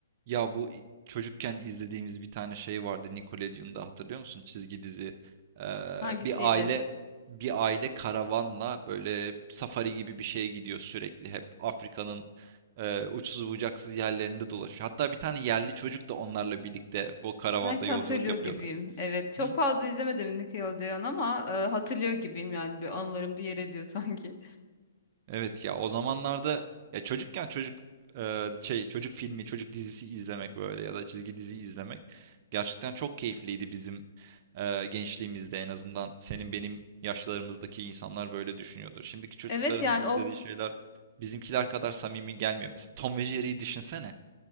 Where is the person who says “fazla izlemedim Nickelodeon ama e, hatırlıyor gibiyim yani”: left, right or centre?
Left